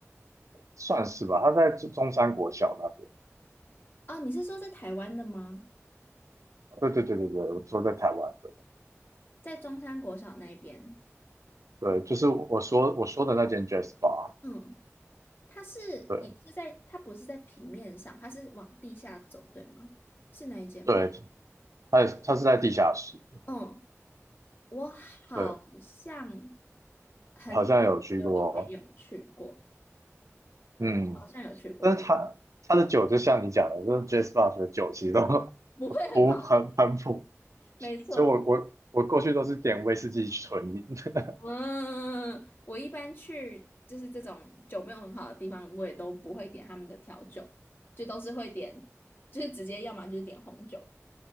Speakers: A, on the right; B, on the left.
A: 算是吧，它在中中山国小那边。
B: 哦，你是说在台湾的吗？
A: 对对对对对，我说在台湾的。
B: 在中山国小那边，
A: 对，就是我我说我说的那间 Jazz Bar。
B: 嗯，它是也是在，
A: 对
B: 它不是在平面上，它是往地下走，对吗？是那一间吗？
A: 对，它也是它是在地下室。
B: 嗯，我好像
A: 对，
B: 很久以前有去过，
A: 好像有去过。嗯，
B: 好像有去过，
A: 但是它它的酒就像你讲的，就是 Jazz Bar 的酒其实都 <laughs>
B: 不会很好，
A: 不喷喷普，
B: 没错。
A: 所以我我我过去都是点威士忌纯饮，<laughs>
B: 嗯，我一般去就是这种酒没有很好的地方，我也都不会点他们的调酒，就都是会点，就是直接要么就是点红酒，